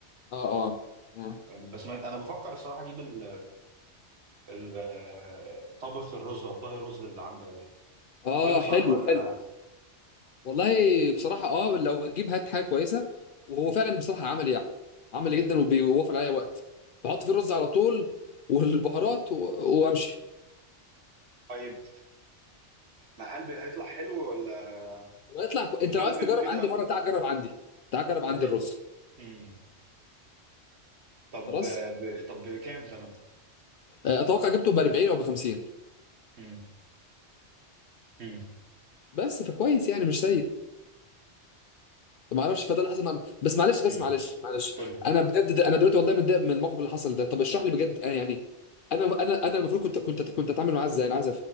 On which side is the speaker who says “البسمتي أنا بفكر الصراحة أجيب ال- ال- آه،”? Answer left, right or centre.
Right